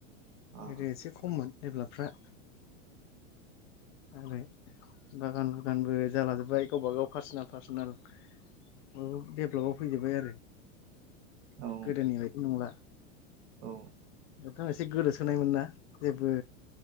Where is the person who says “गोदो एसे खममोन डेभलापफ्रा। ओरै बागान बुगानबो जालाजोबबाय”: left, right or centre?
Left